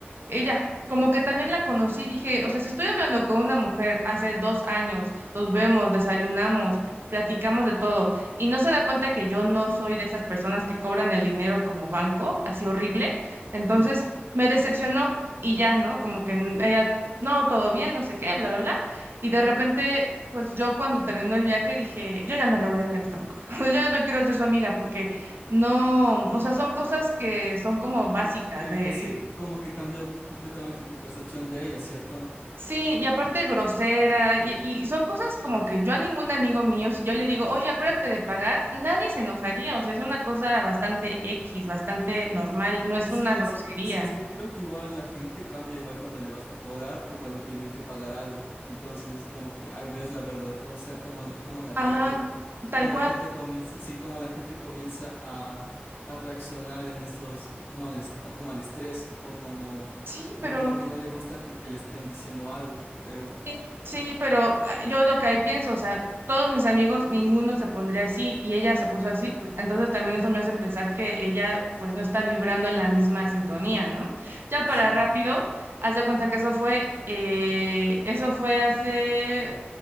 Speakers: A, on the right; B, on the left.
A: Ella, como que también la conocí, dije, o sea, si estoy hablando con una mujer hace dos años, nos vemos, desayunamos, platicamos de todo y no se da cuenta que yo no soy de esas personas que cobran el dinero como banco, así horrible, entonces
B: sí.
A: me decepcionó y ya, ¿no? Como que ella, no, todo bien, no sé qué, bla, bla, bla. Y de repente, pues yo cuando terminó el viaje dije, yo ya no le voy a hablar a esta mujer, <laughs> yo ya no quiero ser su amiga porque no, o sea, son cosas que son como básicas
B: Que- que
A: de,
B: sí, como que cambió completamente tu percepción de ella, ¿cierto?
A: sí, y aparte grosera, y, y son cosas como que yo a ningún amigo mío, si yo le digo, oye, acuérdate de pagar, nadie se enojaría, o sea, es una cosa bastante X, bastante normal, no es
B: Sí,
A: una grosería.
B: es, sí, es que creo que igual la gente cambia igual cuando le vas a cobrar o cuando tienen que pagar algo. Entonces es como que ahí ves la verdad, o sea, como, el- como la
A: Ajá,
B: gente,
A: tal
B: como
A: cual.
B: la gente comienza, sí, como la gente comienza a, a reaccionar en estos, como al, est- como al estrés o como,
A: Sí,
B: o
A: pero
B: como que no le gusta que, que le estén diciendo algo, pero
A: Sí, sí, pero ah, yo lo que ahí pienso, o sea, todos mis amigos, ninguno se pondría así y ella se puso así, pues entonces también eso me hace pensar que ella pues no está vibrando en la misma sintonía, ¿no? Ya
B: sí,
A: para rápido, haz de cuenta que eso fue, eh, eso fue hace,